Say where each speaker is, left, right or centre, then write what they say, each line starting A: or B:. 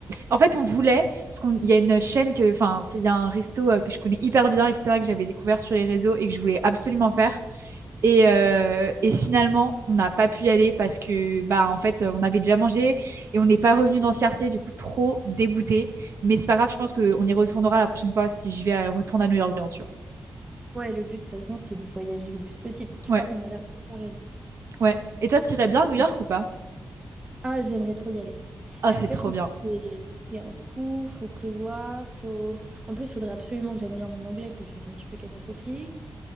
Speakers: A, on the right (about 55°); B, on the right (about 20°).
A: En fait, on voulait, parce qu'il y a une chaîne que, enfin, c'est- il y a un resto euh, que je connais hyper bien, etc., que j'avais découvert sur les réseaux et que je voulais absolument faire. Et, euh, et finalement, on n'a pas pu y aller parce que, bah, en fait, euh, on avait déjà mangé et on n'est pas revenu dans ce quartier, du coup, trop dégoûté. Mais c'est pas grave, je pense qu'on y retournera la prochaine fois si je vais euh, retourner à New York, bien sûr.
B: Ouais, le but, de toute façon, c'est de voyager le plus possible. Je
A: Ouais,
B: crois qu'on a l'air un pareil.
A: ouais. Et toi, t'irais bien
B: Ok.
A: à New York ou pas?
B: Ah, j'aimerais trop y aller.
A: Ah,
B: Mais
A: c'est
B: après,
A: trop
B: je trouve
A: bien.
B: que c'est c'est un coup, faut prévoir, faut... En plus, il faudrait absolument que j'améliore mon anglais parce que c'est un petit peu catastrophique.